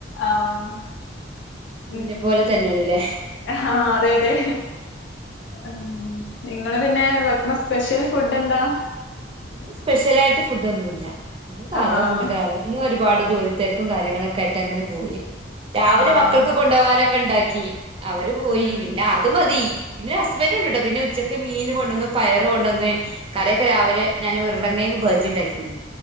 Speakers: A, on the left; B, on the right.
A: ആമ്
B: ഇന്നെ
A: ഉം,
B: പോലെ
A: ഹം.
B: തന്നെയാണ്ല്ലേ
A: ആഹ്, അതെ, അതെ. ഉം. ഇങ്ങള് പിന്നെ വെക്ക്ണ സ്പെഷ്യൽ ഫുഡ് എന്താ?
B: ഇന്ന് സ്പെഷ്യലായിട്ട് ഫുഡ് ഒന്നും ഇല്ല. ഇന്ന് സാധാ
A: ആഹ്
B: ഫുഡ് കറി ഇന്നൊരുപാട് ജോലി തെര്ക്കും കാര്യങ്ങളൊക്കെ ആയിട്ട് അങ്ങനെ പോയി. രാവിലെ
A: ആഹ്
B: മക്കൾക്ക് കൊണ്ടോവാനൊക്കെ ണ്ടാക്കി. അവര് പോയി.
A: ഉം
B: പിന്നെ, അത് മതി. പിന്നെ ഹസ്ബൻറ് ഉണ്ട്ട്ടോ പിന്നെ ഉച്ചക്ക് മീൻ കൊണ്ടന്ന് പയറ് കൊണ്ടന്ന് കറയൊക്കെ രാവിലെ ഞാൻ ഉരുളങ്കങ് ബാജി ഉണ്ടാക്കീന